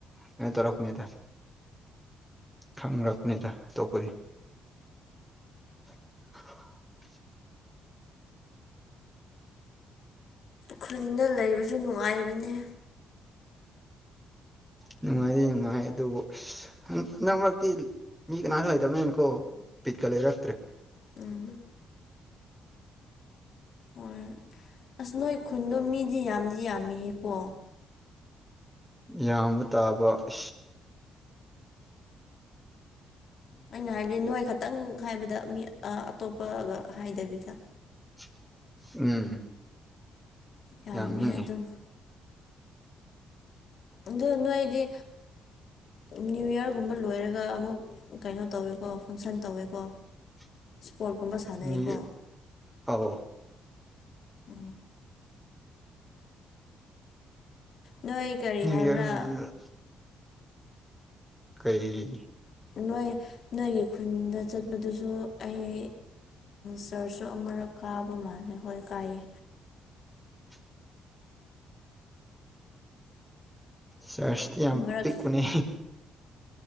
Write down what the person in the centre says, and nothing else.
ꯀꯩꯅꯣ ꯇꯧꯔꯛꯄꯅꯦꯗ ꯈꯪ꯭ꯔꯛꯄꯅꯤꯗ ꯑꯇꯣꯞꯄꯗꯤ <unintelligible>
ꯅꯨꯡꯉꯥꯏꯔꯤ ꯅꯨꯡꯉꯥꯏ ꯑꯗꯨꯕꯨ ꯑꯁ ꯅꯛ ꯃꯔꯛꯇꯤ ꯃꯤ ꯀꯅꯥꯁꯨ ꯂꯩꯇꯕꯅꯦꯅꯀꯣ ꯄꯤꯠꯀ ꯂꯩꯔꯛꯇ꯭ꯔꯦ <unintelligible>
<unintelligible>
ꯌꯥꯝꯕ ꯇꯥꯕ ꯑ
<unintelligible> ꯎꯝ
ꯌꯥꯝꯃꯤꯉꯦ
<unintelligible>
ꯅꯤ ꯑꯧ
ꯔ ꯀꯩ
<unintelligible> ꯆꯔꯁꯇꯤ ꯌꯥꯝ
ꯄꯤ ꯀꯨꯅꯦ